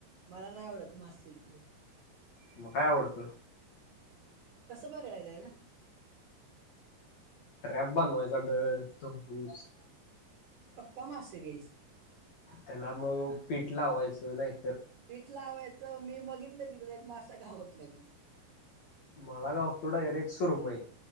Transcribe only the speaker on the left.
म काय आवडतं?
ट्रॅप बनवायचा, डर, तंगुस
तेला म पिठ लावायचं, नाही
मला गावतो डायरेक्ट सुरमई.